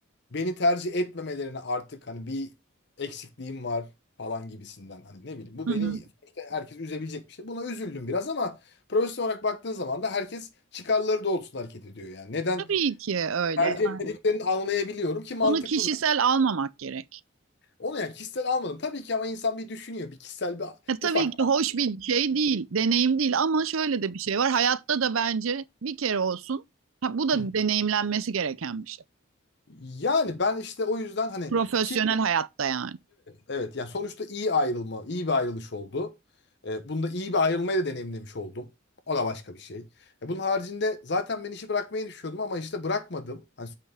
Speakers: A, on the left; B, on the right.
A: beni tercih etmemelerine artık hani bir eksikliğim var falan gibisinden. Hani ne bileyim bu
B: Hı
A: beni
B: hı.
A: işte herkes üzebilecek bir şey. Buna üzüldüm biraz ama profesyonel olarak baktığın zaman da herkes çıkarları doğrultusunda hareket ediyor yani. Neden
B: Tabii ki öyle.
A: tercih
B: Yani
A: Ya, etmediklerini anlayabiliyorum ki mantıklı
B: Bunu kişisel
A: zaten.
B: almamak gerek.
A: Onu yani kişisel almadım. Tabii ki ama insan bir düşünüyor. Bir kişisel bir
B: Ya tabii
A: ufak.
B: ki hoş bir şey değil, deneyim değil ama şöyle de bir şey var. Hayatta da bence bir kere olsun. Ha, bu da
A: Hı hı.
B: deneyimlenmesi gereken bir şey.
A: Yani ben işte o yüzden hani
B: Profesyonel
A: ki
B: hayatta yani.
A: Evet yani sonuçta iyi ayrılma, iyi bir ayrılış oldu. E, bunda iyi bir ayrılmayı da deneyimlemiş oldum. O da başka bir şey. E, bunun haricinde zaten ben işi bırakmayı düşünüyordum ama işte bırakmadım. Hani